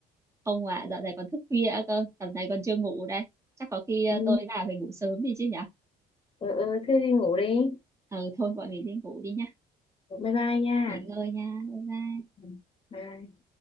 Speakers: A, on the right (about 15°); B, on the left (about 30°).
A: Không mà dạo này còn thức khuya nữa cơ, tầm này còn chưa ngủ đây. Chắc có khi ờ,
B: ừ,
A: tôi vào phải ngủ sớm đi chứ nhở?
B: ừ, ừ thế đi ngủ đi
A: Ừ, thôi bọn mình đi ngủ đi nhá.
B: bye bye nha
A: Nghỉ ngơi nha, bye bye.
B: Ừ. Bye.